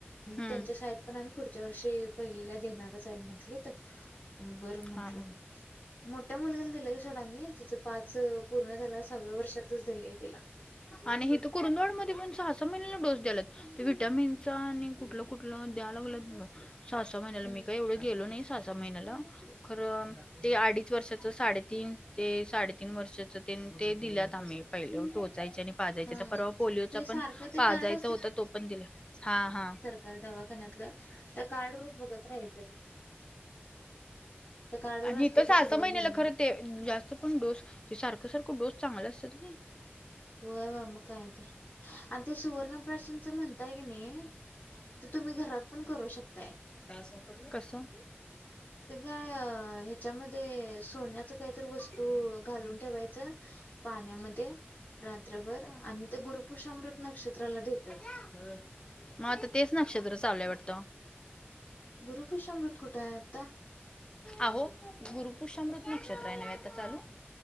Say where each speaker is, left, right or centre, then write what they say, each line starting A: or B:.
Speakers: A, on the left (about 20°); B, on the left (about 45°).
A: हम्म
B: त्यांच्या शाळेत पण आम्ही पुढच्या वर्षी पहिलेला देणारच आहे म्हंटलं तर बरं म्हंटलं
A: हां हां
B: मग मोठ्या मुलगीला दिलंय सोडा मी जिचं पाच पूर्ण झाला. सहाव्या वर्षातच दिलंय तिला
A: आणि हे तर कुरुंदवाड मध्ये पण सहा सहा महिन्याला डोस द्याला ते विटामिन चा आणि कुठलं कुठलं द्या लागल. सहा सव महिन्याला
B: हम्म
A: मी का एवढं गेलो नाही. सहा सहा महिन्याला खरं ते अडीच वर्षात साडेतीन ते साडेतीन वर्षाच ते दिल्यात. आम्ही पहिले
B: हम्म
A: टोचायचे आणि पाजायचे
B: हम्म.
A: तर परवा पोलिओचा
B: ते सारखं
A: पण
B: ते
A: पाजायचा
B: कार्ड
A: होता. तो पण दिला हा हा
B: कार्ड दवाखान्यातलं तर कार्डवर बघत राहायचं. त्या कार्डवर
A: आणि
B: असते
A: इथ सहा
B: की सगळं
A: सहा महिन्याला
B: लिहिलेलं
A: खर ते जास्त पण डोस ते सारखं सारखं डोस चांगला असतात. काय
B: हो मग काय तर आणि ते सुवर्णप्राशनच म्हणताय की नाही. ते तुम्ही घरात पण करू शकताय-
A: काय सापड कसं
B: तर काय ह्याच्यामध्ये सोन्याच काहीतर वस्तू घालून ठेवायचं. पाण्यामध्ये रात्रभर आणि ते गुरुपुष्यामृत नक्षत्राला देतात.
A: हम् मग आता तेच नक्षत्र चाललंय वाटतं.
B: गुरुपुष्यामृत कुठे आहे आता?
A: अहो गुरुपुषामृत नक्षत्र आहे. ना आता चालू